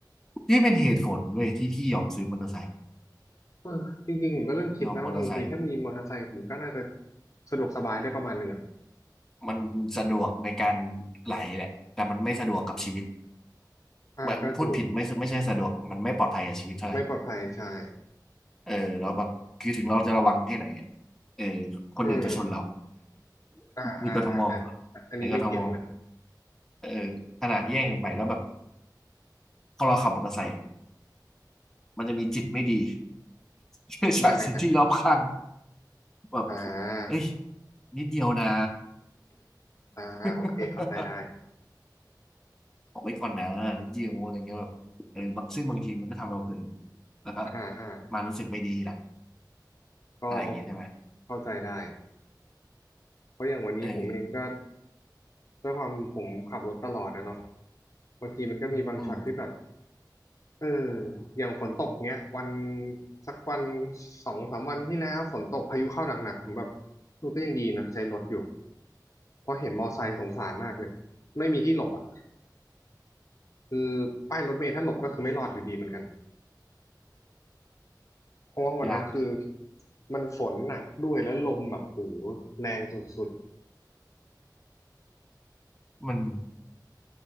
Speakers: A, in the centre; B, on the left.
A: นี่เป็นเหตุผลเว้ยที่พี่ยอมซื้อมอเตอร์ไซค์
B: เออจริงๆผมก็เริ่มคิดนะว่าบางทีถ้ามีมอเตอร์ไซค์ผมก็น่าจะ
A: ยอมมอเตอร์ไซค์
B: สะดวกสบายได้ประมาณหนึ่งอะ
A: มันสะดวกในการไหลแหละแต่มันไม่สะดวกกับชีวิต
B: อ่าก็ถูก
A: ไม่พูดผิดไม่ไม่ใช่สะดวกมันไม่ปลอดภัยกับชีวิตเท่าไหร่
B: ไม่ปลอดภัยใช่
A: เออเราแล้วแบบคือถึงเราจะระวังแค่ไหนอะเออคนอื่นจะชนเรา
B: อืมอ่าอ่าอ่าอัน
A: มีกทม
B: อันนี้ไม่เถียงเลย
A: ในกทมเออขนาดแย่งกันไปแล้วแบบพอเราขับมอเตอร์ไซค์อะมันจะมีจิตไม่ดี <laughs> จากสิ่งที่รอบข้าง
B: ยังไงฮะ
A: แบบ
B: อ่า <coughs>
A: เอ้ยนิดเดียวนะ
B: อ่าโอเคเข้าใจได้
A: <laughs> ออไไปก่อนนะนิดเดียวอะไรเงี้ยแบบเออบางซึ่งบางทีมันก็ทำเราเผลอแล้วก็
B: อ่าอ่า
A: มารู้สึกไม่ดีล่ะ
B: ก็โอ
A: อะไรอย่างเงี้ยใช่ไหม
B: เข้าใจได้เพราะอย่างวันนี้ผมเองก็
A: เออ
B: ด้วยความผมขับรถตลอดอะเนาะบางทีมันก็มีบางช็อตที่แบบ
A: อืม
B: เอออย่างฝนตกเงี้ยวันสักวันสองสามวันที่แล้วฝนตกพายุเข้าหนักๆผมแบบเออก็ยังดีนะใช้รถอยู่เพราะเห็นมอไซค์สงสารมากเลยไม่มีที่หลบอ่ะคือป้ายรถเมล์ถ้าหลบก็คือไม่รอดอยู่ดีเหมือนกันเพราะว่าวันนั้นคือ
A: ยาก
B: มันฝนหนักด้วยแล้วลมแบบโอ้โหแรงสุด
A: มัน